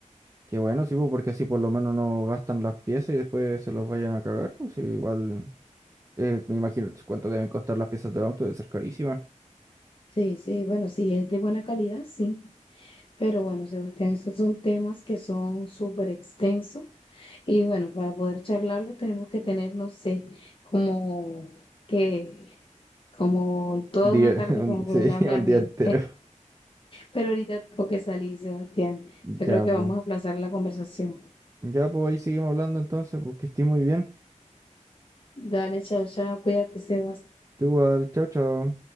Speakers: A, on the right; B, on the left.
A: qué bueno, sí, pues, porque así por lo menos no gastan las piezas y después se los vayan a cagar. Pues sí, igual, eh, me imagino ch- cuánto deben costar las piezas del auto, debe ser carísima.
B: Sí, sí, bueno, sí, es de buena calidad, sí. Pero bueno, Sebastián, esos son temas que son súper extensos. Y bueno, para poder charlarlos tenemos que tener, no sé, como que, como toda
A: Día,
B: una tarde
A: <laughs> un-
B: para poder
A: sí,
B: hablar
A: <laughs> un
B: bien.
A: día entero.
B: Pero ahorita tengo que salir, Sebastián.
A: Ya,
B: Yo creo que
A: pues.
B: vamos a aplazar la conversación.
A: Ya, pues ahí seguimos hablando entonces, pues que estés muy bien.
B: Dale, chao, chao. Cuídate, Sebastián.
A: Tú igual, chao, chao.